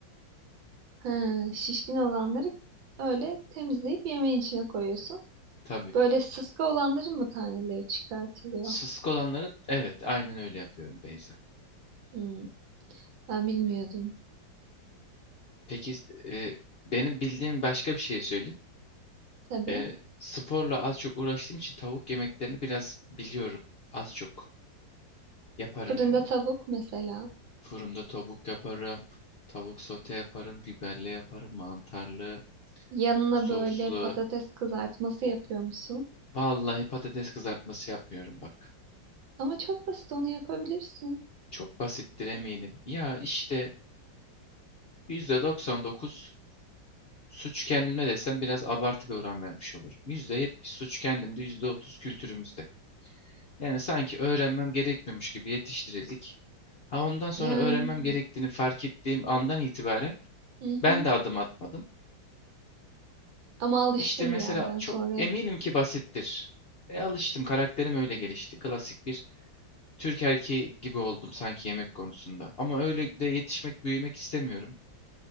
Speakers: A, on the right; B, on the left.
A: Ha, şişkin olanları öyle temizleyip yemeğin içine koyuyorsun.
B: Tabii.
A: Böyle sıska olanların mı taneleri çıkartılıyor?
B: Sısık olanları evet aynen öyle yapıyorum Beyza.
A: Hmm, ben bilmiyordum.
B: Peki e, benim bildiğim başka bir şey söyleyeyim.
A: Tabii.
B: E, sporla az çok uğraştığım için tavuk yemeklerini biraz biliyorum. Az çok. Yaparım
A: Fırında
B: yani.
A: tavuk mesela.
B: Fırında tavuk yaparım. Tavuk sote yaparım. Biberli yaparım. Mantarlı.
A: Yanına
B: Soslu.
A: böyle patates kızartması yapıyor musun?
B: Vallahi patates kızartması yapmıyorum bak.
A: Ama çok basit onu yapabilirsin.
B: Çok basittir eminim. Ya işte %99 suç kendime desem biraz abartı bir oran vermiş olurum. %70 suç kendimde, %30 kültürümüzde. Yani sanki öğrenmem gerekmiyormuş gibi yetiştirildik. Ha ondan sonra
A: Yani
B: öğrenmem gerektiğini fark ettiğim andan itibaren
A: hı hı.
B: ben de adım atmadım.
A: Ama alıştım
B: İşte mesela
A: bir yerden
B: çok
A: sonra.
B: eminim ki basittir. E alıştım, karakterim öyle gelişti. Klasik bir Türk erkeği gibi oldum sanki yemek konusunda. Ama öyle de yetişmek, büyümek istemiyorum.